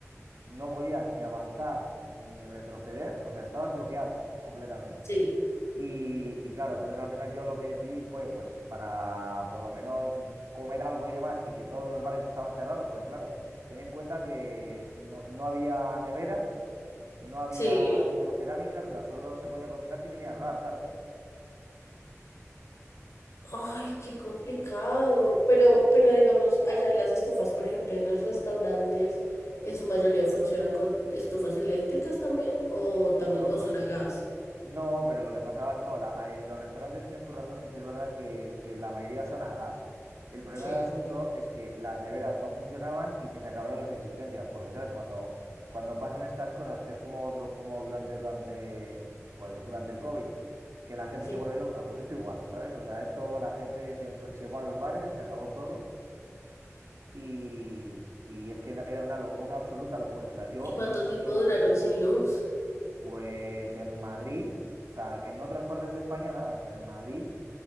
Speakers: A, on the right; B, on the left.
A: no podías ni avanzar ni retroceder, o sea, estabas bloqueado completamente.
B: Sí.
A: Y, y, claro, entonces al final yo lo que decidí fue, pues, para por lo menos comer algo y demás, y que todos los bares estaban cerrados, porque claro, ten en cuenta que no, no había neveras, no había
B: Sí.
A: vitrocerámicas, o sea, solo se podía cocinar si tenías gas, ¿sabes?
B: Ay, qué complicado. Pero, pero digamos, allá las estufas, por ejemplo, en los restaurantes, en su mayoría funcionan con estufas eléctricas también, o
A: Bueno,
B: también, o
A: pues
B: son a gas.
A: No, pero lo que pasaba, no, la- a- en los restaurantes tienes tu razón en que es verdad que, que la mayoría son a gas. El problema
B: Sí.
A: del asunto es que las neveras no funcionaban y que se acabaron las existencias, porque, ¿sabes? Cuando, cuando pasan estas cosas, que es como, duro- como durante, durante, joder, durante el COVID, que la gente
B: Sí.
A: se vuelve loca, pues esto igual, ¿sabes? O sea, esto la gente se, fue se fue a los bares, se acabó todo y, y es que no- era una, lo- una absoluta locura. O sea, yo
B: ¿Y cuánto
A: no
B: tiempo
A: había vivido
B: duraron sin luz?
A: pues en Madrid, o sea, en otras partes de España nada, pero en Madrid